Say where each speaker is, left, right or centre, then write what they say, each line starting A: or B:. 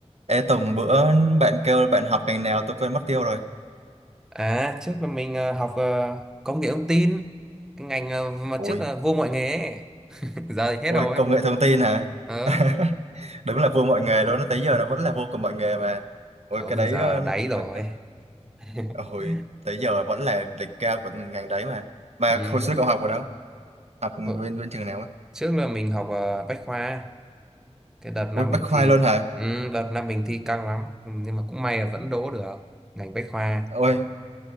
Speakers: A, on the right (about 65°); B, in the centre.
A: Ê Tùng bữa bạn kêu bạn học ngành nào tôi quên mất tiêu rồi.
B: À, trước là mình ờ, học ờ, công nghệ thông tin, cái ngành ờ, mà
A: Ôi,
B: trước là vô mọi nghề ấy. <laughs> Giờ thì
A: ôi
B: hết rồi
A: công
B: ấy.
A: nghệ thông tin hả
B: Ờ,
A: <laughs> Đúng là vua mọi nghề luôn, tới giờ nó vẫn là vua của mọi nghề mà. Ôi
B: không,
A: cái đấy
B: giờ
A: ờ,
B: đáy rồi.
A: ờ, cái-
B: <laughs>
A: ờ, hồi tới giờ vẫn là đỉnh cao của ngành đấy mà. Mà
B: Ừ.
A: hồi xưa cậu học ở đâu? Học
B: Ờ,
A: bên bên trường nào ấy?
B: Trước là mình học ờ, Bách Khoa, cái đợt năm
A: Ôi Bách
B: mình
A: Khoa
B: thi,
A: luôn hả?
B: ừ, đợt năm mình thi căng lắm, ừ, nhưng mà cũng may là vẫn đỗ được ngành Bách Khoa.
A: Ôi